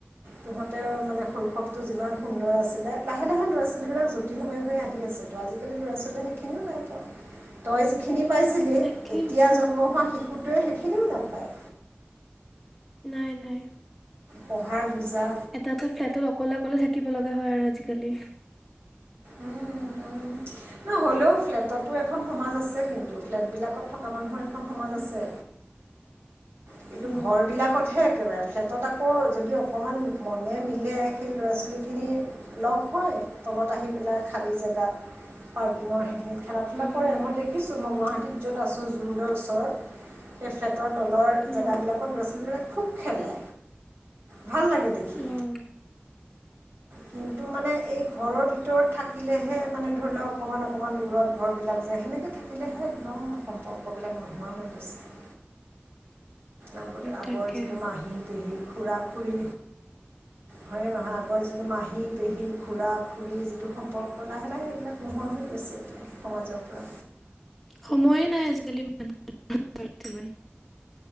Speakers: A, on the right (about 65°); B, in the centre.
A: তহঁতেও মানে শৈশৱটো যিমান সুন্দৰ আছিলে লাহে লাহে ল'ৰা ছোৱালীবিলাক জটিল হৈ হৈ আহি আছিল। ত আজিকালি ল'ৰা ছোৱালী সেইখিনিও নাই কিয় তই যিখিনি পাইছিলেই
B: তাকে
A: এতিয়া
B: কোন
A: জন্ম হোৱা শিশুটোৱে সেইখিনিও নাপায়।
B: নাই, নাই,
A: পঢ়াৰ বুজা
B: এটা ফ্লেটত অকলে অকলে থাক শিকিব লগা হয় আৰু আজিকালি।
A: উম, উম, ন হ'লেও ফ্লেটতো এখন সমাজ আছে কিন্তু ফ্লেট বিলাকত থকা মানুহৰ এখন সমাজ
B: অ
A: আছে। কিন্তু
B: উম,
A: ঘৰবিলাকতহে একো নাই। ফ্লেটত আকৌ যদি অকণমান মনে মিলে সেই ল'ৰা ছোৱালীখিনি লগ হয় তলত আহি পেলাই খালী জেগাত। পাৰ্কিঙৰ সেইখিনিত খেলা ধূলা
B: উম,
A: কৰে মই দেখিছোঁ মই গুৱাহাটীত যত আছোঁ জোৰদৰ ওচৰত সেই ফ্লেটৰ তলৰ
B: অ অ
A: জেগাবিলাকৰ ল'ৰা ছোৱালীবিলাক খুব খেলে। ভাল লাগে দেখি।
B: উম
A: কিন্তু মানে এই ঘৰৰ ভিতৰত থাকিলেহে মানে ধৰি লওক অকণমান অকণমান দূৰত ঘৰবিলাক যায় সেনেকে থাকিলেহে একদম সম্পৰ্কবিলাক নোহোৱা হৈ গৈছে। আগতে আগৰ
B: তাকে
A: যিটো মাহী পেহী খুৰা খুৰী, হয়য নহয় আগৰ যিটো মাহী পেহী খুৰা খুৰী যিটো সম্পৰ্ক লাহে লাহ সেইবিলাক নোহোৱা হৈ গৈছে এতিয়া। সমাজৰ পৰা।
B: সময়ে নাই আজিকালি মানুহৰ বৰ্তমান।